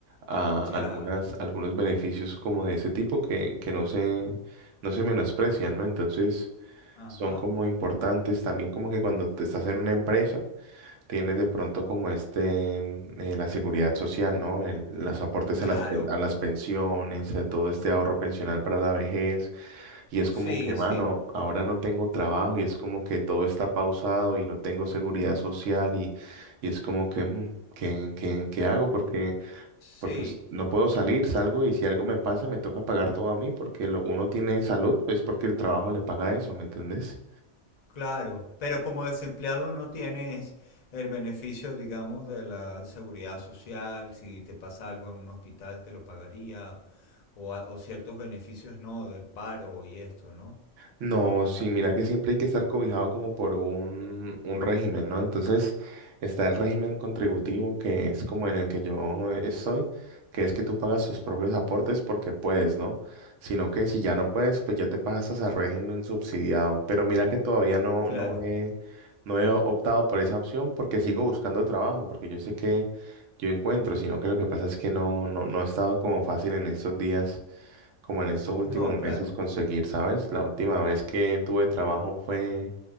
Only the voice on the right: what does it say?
a
algunas, algunos beneficios como de ese tipo que, que no se, no se menosprecian, ¿no? Entonces
son como importantes también como que cuando te estás en una empresa tienes de pronto como este, mm, eh, la seguridad social, ¿no? El- los aportes
a las, pen- a las pensiones, a todo este ahorro pensional para la vejez. Y es
como que, mano,
ahora no tengo trabajo y es como que todo está pausado y no tengo seguridad social y, y es como que, mm, ¿qué, qué- qué hago? Porque, porque
s- no puedo salir, salgo y si algo me pasa me toca pagar todo a mí porque lo- uno tiene salud, pues porque el trabajo le paga eso, ¿me entendés?
No, sí, mira que siempre hay que estar cobijado como por un, un régimen, ¿no? Entonces está el régimen contributivo, que es como en el que yo estoy, que es que tú pagas tus propios aportes porque puedes, ¿no? Sino que si ya no puedes, pues ya te pasas al régimen subsidiado. Pero mira que todavía no,
no he, no he optado por esa opción porque sigo buscando trabajo, porque yo sé que yo encuentro, sino que lo que pasa es que no, no, no ha estado como fácil en estos días como en estos últimos
meses conseguir, ¿sabes? La última vez que tuve trabajo fue,